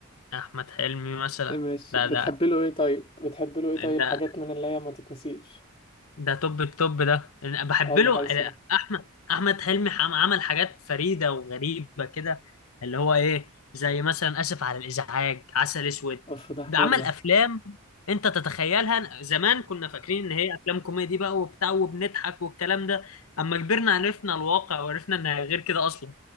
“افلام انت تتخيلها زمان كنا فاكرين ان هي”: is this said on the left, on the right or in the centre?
Left